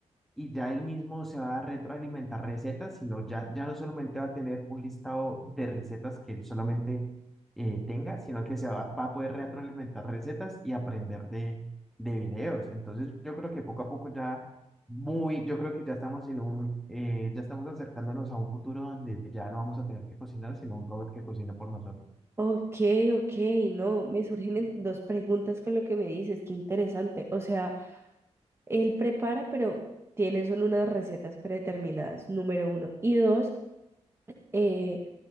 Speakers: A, in the centre; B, on the right.
A: y ya él mismo se va a retroalimentar recetas, sino ya, ya no solamente va a tener un listado de recetas que él solamente eh, tenga, sino que se va, va a poder retroalimentar recetas y aprender de, de videos. Entonces, yo creo que poco a poco ya muy, yo creo que ya estamos en un, eh, ya estamos acercándonos a un futuro donde ya no vamos a tener que cocinar, sino un robot que cocina por nosotros.
B: Ok, ok, no, me surgen en- dos preguntas con lo que me dices, qué interesante. O sea, Él prepara, pero tiene son unas recetas predeterminadas, número uno. Y dos, eh,